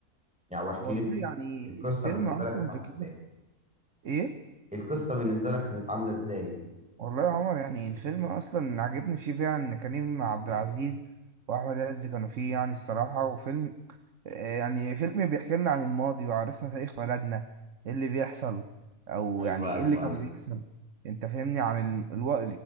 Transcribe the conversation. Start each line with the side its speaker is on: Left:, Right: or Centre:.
Centre: يعني واحكي
Right: والله
Centre: لي
Right: يعني
Centre: القصة
Right: الفيلم
Centre: بالنسبة
Right: اصلا
Centre: لك كانت عاملة
Right: فكرته
Centre: ازاي
Right: ايه؟
Centre: القصة بالنسبة لك كانت عاملة ازاي
Right: والله يا عمر يعني الفيلم اصلا عجبني فيه فعلا ان كريم عبد العزيز واحمد عز كانوا فيه يعني الصراحة وفيلم آه، يعني فيلم بيحكي لنا عن الماضي وعرفنا تاريخ بلدنا ايه اللي بيحصل او
Centre: ايوه
Right: يعني ايه
Centre: ايوه
Right: اللي كان
Centre: ايوه
Right: بيحصل انت فاهمني عن ال... الو...